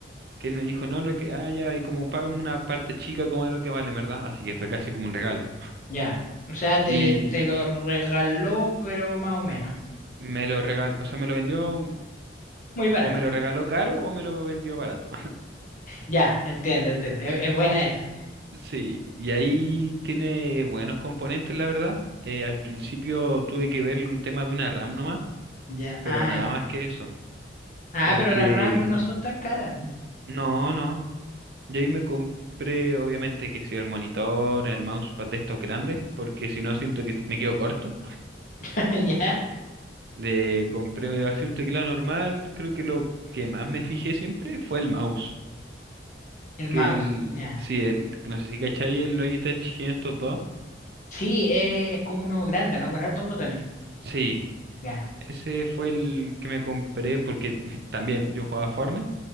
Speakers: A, on the right (about 60°); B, on the left (about 45°).
A: que él me dijo, no, lo que, ah, ya, y como págame una parte chica como de lo que vale, en ¿verdad? Así que fue casi como un regalo.
B: Ya. O sea, te,
A: Y
B: te lo regaló, pero más o menos.
A: me lo regaló, o sea, me lo vendió,
B: Muy barato.
A: o me lo regaló caro o me lo vendió barato.
B: Ya, entiendo, entiendo. Es, es buena esa.
A: Sí, y ahí tiene buenos componentes, la verdad. Eh, al principio tuve que verle un tema de una RAM nomás,
B: Ya,
A: pero
B: ah,
A: nada
B: ya.
A: más que eso.
B: Ah,
A: Porque
B: pero las RAM no son tan caras.
A: no, no. Y ahí me compré, obviamente, que si el monitor, el mousepad de estos grandes, porque si no siento que me quedo corto.
B: <laughs> Ya.
A: Le compré así un teclado normal. Creo que lo que más me fijé siempre fue el mouse.
B: El mouse,
A: Que el,
B: ya.
A: sí, el, no sé si cacháis el Logitech quinientos dos
B: Sí, eh, es como uno grande, ¿no? Con hartos botones.
A: Sí,
B: Ya.
A: Ese fue el que me compré porque <laughs> también yo jugaba Fortnite